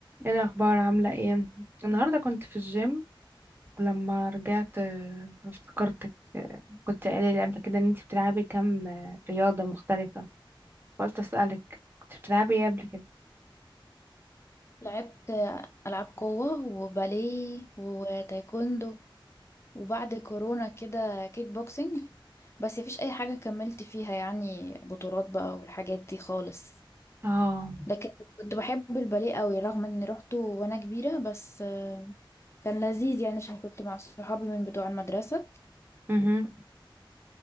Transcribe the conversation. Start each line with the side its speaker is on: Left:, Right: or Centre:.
Right: ايه الاخبار عامله ايه النهارده كنت في الجيم ولما رجعت آه، افتكرتك آه، كنت قايله لي قبل كده ان انت بتلعبي كام آه، رياضه مختلفه قلت اسالك كنت بتلعبي ايه قبل كده
Left: لعبت ألعاب قوة وباليه وتايكوندو وبعد كورونا كده كيك بوكسينج بس مفيش أي حاجة كملت فيها يعني بطولات بقى والحاجات دي خالص
Right: اه
Left: لكن كنت بحب الباليه قوي رغم إني روحته وأنا كبيرة بس آه، كان لذيذ يعني عشان كنت مع صحابي من بتوع المدرسة
Right: امم